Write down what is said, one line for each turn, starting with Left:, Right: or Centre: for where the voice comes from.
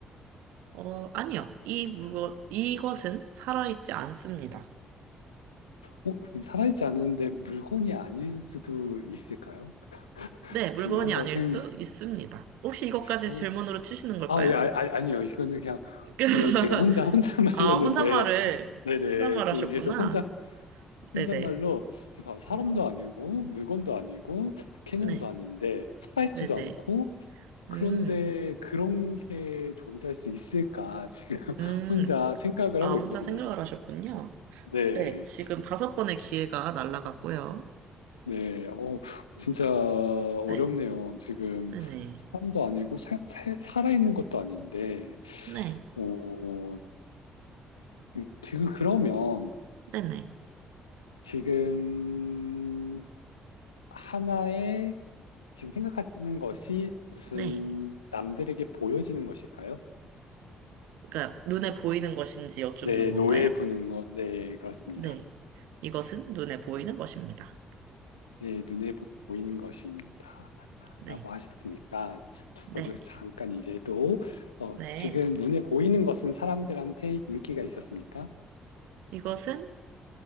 Right: 어, 아니요. 이 물건, 이것은 살아있지 않습니다.
Left: 어, 그럼 살아있지 않은데 물건이 아닐 수도 있을까요?
Right: 네, 물건이
Left: 지금 한번
Right: 아닐
Left: 생각,
Right: 수 있습니다. 혹시 이것까지
Left: 어,
Right: 질문으로 치시는 걸까요?
Left: 아, 예, 아, 아, 아니요. 이거는 그냥,
Right: <laughs>
Left: 그냥 제가 혼자, 혼자 <laughs>
Right: 아,
Left: 말이었는데,
Right: 혼잣말을,
Left: 네네.
Right: 혼잣말
Left: 지금
Right: 하셨구나.
Left: 계속 혼자
Right: 네네.
Left: 혼잣말로 지금 봐봐, 사람도
Right: 음,
Left: 아니고 물건도 아니고 개념도
Right: 네,
Left: 아닌데 살아있지도
Right: 네네.
Left: 않고 그런데
Right: 음,
Left: 그런 게 존재할 수 있을까 지금 <laughs>
Right: 음,
Left: 혼자 생각을
Right: 아,
Left: 하고
Right: 혼자
Left: 있거든요.
Right: 생각을 하셨군요.
Left: 네,
Right: 네, 지금 다섯 번의 기회가 날라갔고요
Left: 네, 어, 진짜 어렵네요.
Right: 네,
Left: 지금
Right: 네네,
Left: 사람도 아니고 사, 사- 살아있는 것도 아닌데,
Right: 네,
Left: 어, 음, 지금 그러면
Right: 네네,
Left: 지금 하나의 지금 생각하는 것이 무슨
Right: 네.
Left: 남들에게 보여지는 것일까요?
Right: 그러니까 눈에 보이는 것인지 여쭙는
Left: 네,
Right: 건가요?
Left: 노에 부는 것, 네, 그렇습니다.
Right: 네, 이것은 눈에 보이는 것입니다.
Left: 네, 눈에 보- 보이는 것입니다.
Right: 네,
Left: 라고 하셨으니까,
Right: 네,
Left: 저도 잠깐 이제 또, 어,
Right: 네.
Left: 지금 눈에 보이는 것은 사람들한테 인기가 있었습니까?
Right: 이것은